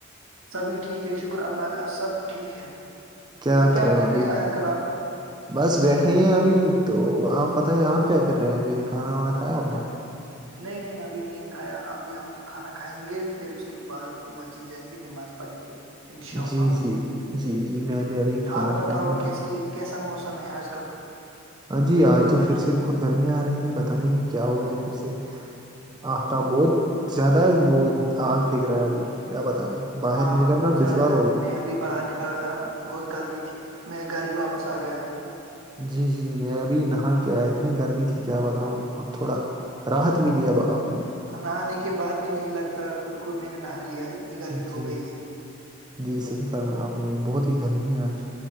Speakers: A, on the right (about 80°); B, on the right (about 20°).
A: سبھی ٹھیک ہے شکر اللہ کا سب ٹھیک ہے
B: کیا
A: تو
B: کر رہے ہو ابھی
A: ہیں آج کل آپ
B: بس بیٹھے ہی ہیں ابھی تو آپ بتائیں آپ کیا کر رہے ہیں ابھی کھانا وانا کھایا آپ نے
A: نہیں نہیں ابھی نہیں کھایا ابھی ہم کھانا کھائیں گے پھر اس کے بعد مسجد جائیں گے نماز پڑھیں گے انشاء اللہ
B: جی جی جی جی میں بھی ابھی کھانا
A: آپ بتاؤ
B: کھاؤں گا
A: کیسی کیسا موسم ہے آج کل
B: ہاں جی آج تو پھر سے بہت گرمیاں آ رہی ہیں پتہ نہیں کیا ہو گیا ہے پھر سے آفتاب بہت زیادہ وہ آگ پھینک رہا ہے ابھی کیا بتائیں باہر
A: ہاں
B: نکلنا
A: بہت زیادہ
B: دشوار
A: گرمی
B: ہو گیا
A: میں ابھی باہر نکلنا تھا بہت گرمی تھی میں گھر ہی واپس آ گیا
B: جی جی میں ابھی نہا کے آیا اتنی گرمی تھی کیا بتاؤں اب تھوڑا راحت ملی اب آپ
A: نہانے کے بعد بھی نہیں لگتا خود کو میں نے نہا لیا اتنی گرمی
B: جی
A: ہو گئی ہے
B: جی صحیح فرمایا آپ نے بہت ہی گرمی ہے آج